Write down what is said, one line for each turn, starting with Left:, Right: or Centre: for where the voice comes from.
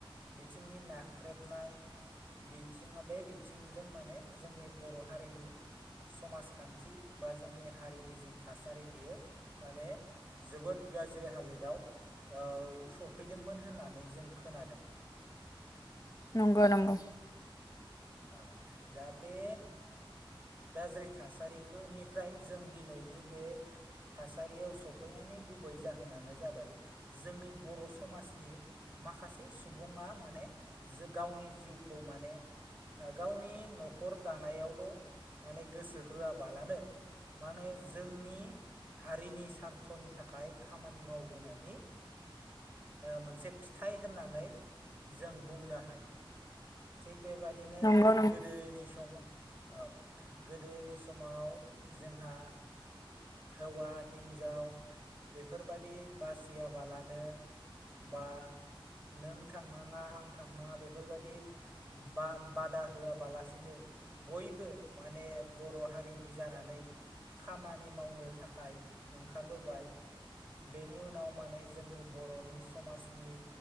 Right: बिथिंनि नाख्रेबनाय बिथिङा बै बिथिंजों माने जोंनि बर' हारिनि समाजखान्थि बा जोंनि हारिनि जि थासारि बियो माने जोबोद गाज्रि हालोदाव औ सफैदोंमोन होननानै जों खोनादों।
Left: नंगौ नंगौ।
Right: औ दा बे गाज्रि थासारिखोनिफ्राय जों दिनैनि बे थासारियाव सफैनायनि गुबै जाहोनानो जाबाय जोंनि बर' समाजनि माखासे सुबुङा माने जो गावनि जिउखौ माने ओ गावनि नखर दानायावल' माने गोसो होयाबालानो मानो जोंनि हारिनि सार्थनि थाखाय खामानि मावबोनायनि ओ मोनसे फिथाइ होननानै जों बुंनो हायो। थिग बेबादिनो
Left: नंगौ नों
Right: गोदोनि सम औ गोदोनि समाव जोंहा हौवा हिन्जाव बेफोरबादि बासियाबालानो बा नों थांनाङा आं थांनाङा बेफोरबायदि बा बादा होआबालासिनो बयबो माने बर' हारिनि जानानै खामान नि मावनो थाखाय ओंखारबोबाय। बेनि उनाव माने जोंनि बर'नि समाजनि